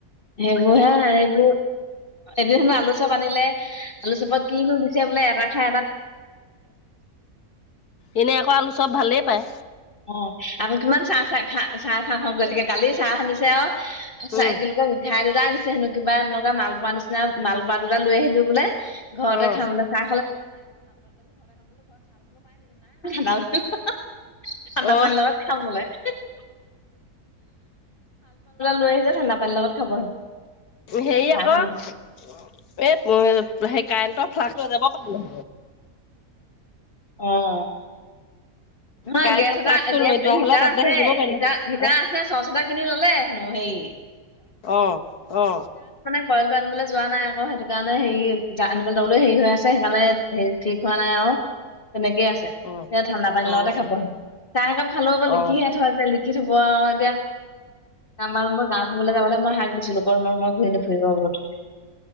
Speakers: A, on the left; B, on the left.
A: সেইবোৰ হে এইবোৰ <unintelligible> আলু চপ আনিলে। আলু চপত কি ভাবিচে বোলে ৰাখে
B: এনে আকৌ আলু চপ ভালেই পায়।
A: অ', আৰু কিমান চাহ চাহ খা চাহ খাহ খাওঁ কয় থাগে কালি চাহ <unintelligible> আৰু <unintelligible> সেহা
B: উম,
A: দুটা আনিছে হেনো কিবা এনেকুৱা মালপোৱাৰ নিচিনা মালপোৱা দুটা লৈ আহিলো বোলে ঘৰতে
B: অ'।
A: খামলে চাহ খালে <unintelligible> থান্দা
B: অ'
A: পানিৰ লগত খাব বোলে <unintelligible> লৈ আহিলে ঠাণ্ডা পানৰ লগত খাব হেনো
B: হেৰি
A: চাহ
B: আকৌ এ সেই কাৰনেটো ফ্লাকচ লৈ যাব পাৰিলে
A: অ'। নহয়
B: কাৰেণ্টৰ
A: গেছ এটা
B: ফ্লাক্সটো
A: গেছ
B: লৈ যোৱা
A: হিটাৰ
B: হ'লে তাতে
A: আছে
B: হেৰি কৰিব পাৰিলে
A: হিটাৰ
B: হেঁতেন।
A: হিটাৰ আছে চচ এটা কিনি ললে ন সেই
B: অ', অ'।
A: <unintelligible> যোৱা নাই আকৌ সেইটো কাৰণে হেৰি আনিবলৈ যাবলৈ হেৰি হৈ আছে সেইকাৰণে ঠিক হোৱা নাই আৰু। তেনেকে আছে
B: অ',
A: সে ঠাণ্ডা পানী
B: অ',
A: লগতে
B: অ'।
A: খাব চাহ একাপ খালো আকৌ লিখিহে
B: অ',
A: থৰ <unintelligible> দেখি থব আৰু এতিয়া আমাৰ মোৰ গাও থুবলৈ যাবলে মই হাক দিছিলো <unintelligible> ফুৰিব বত